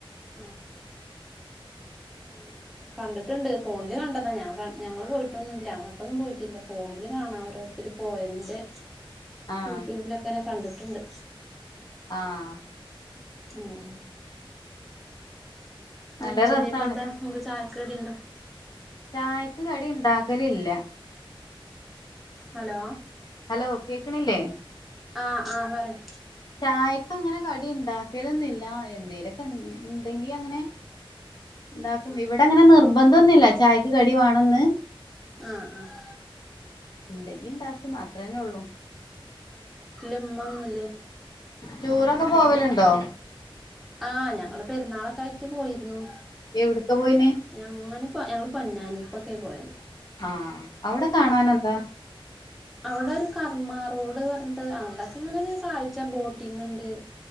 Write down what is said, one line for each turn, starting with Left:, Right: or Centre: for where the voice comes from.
Centre: ആഹ് ആഹ് കണ്ടിട്ടുണ്ട്. ഫോണില് കണ്ടതാ ഞാൻ ഞങ്ങൾ പോയിട്ടൊന്നുംല്ല. അങ്ങട്ടൊന്നും പോയിട്ടില്ല ഫോണില് കാണാ, ഓരോരുത്തര് പോയതിന്റെ.
Left: ആഹ്
Centre: യൂട്യൂബ് ലൊക്കെ ങ്ങനെ കണ്ടിട്ടുണ്ട്
Left: ആഹ്
Centre: ഉം
Left: നല്ല
Centre: മിചിരി
Left: രസാണ് പി
Centre: കടിണ്ടോ
Left: ചായക്ക് കടി ഇണ്ടാക്കലില്ല
Centre: ഹലോ
Left: ഹലോ കേക്ക് ണില്ലേ
Centre: ആഹ് ആഹ് പറയ്
Left: ചായ അങ്ങനെ കടി ഇണ്ടാക്കലൊന്നില്ല എന്തേലൊക്കെ ഇണ്ടെങ്കി അങ്ങനെ എന്തും
Centre: ആഹ്
Left: ഇവിടെ അങ്ങനെ നിർബന്ധം അതൊന്നി ഇല്ല ചായക്ക് കടി വാണംന്ന്
Centre: അഹ് ആഹ്
Left: ഇണ്ടെങ്കി ഉണ്ടാക്കും അത്രെന്നെ ള്ളൂ
Centre: ഉമ്മൊന്നൂല്ലേ
Left: ടൂറൊക്കെ പോവല് ഇണ്ടോ
Centre: ആഹ് ഞങ്ങള് പെരുന്നാളൊക്കെ ആയിട്ട് പോയിരുന്നു
Left: എവിടക്ക പോയിന്
Centre: ഞങ്ങങ്ങന്പ്പോ ഞങ്ങള് പൊന്നാനി ഇപ്പോക്കെ പോയത്
Left: ആഹ് അവിടെ കാണാൻ എന്താ
Centre: അവടെ ഒരു കർമ്മ റോഡ് പറഞ്ഞിട്ട് അവടെക്കെ അങ്ങനെ ഒരു കാഴ്ച ബോട്ടിങ് ഇണ്ട്